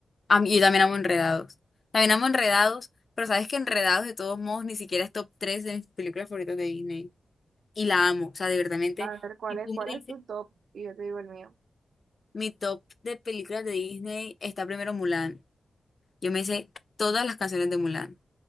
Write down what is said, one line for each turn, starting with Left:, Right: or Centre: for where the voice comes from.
Left: a mí- yo también amo Enredados. También amo Enredados, pero sabes que Enredados de todos modos ni siquiera es top 3 de mis películas favoritas de Disney. Y la amo, o sea, de verdadmente.
Right: A ver, ¿cuál
Left: Si tú
Right: es, cuál
Left: me dices,
Right: es tu top? Y yo te digo el mío.
Left: mi top de películas de Disney está primero Mulan. Yo me sé todas las canciones de Mulan,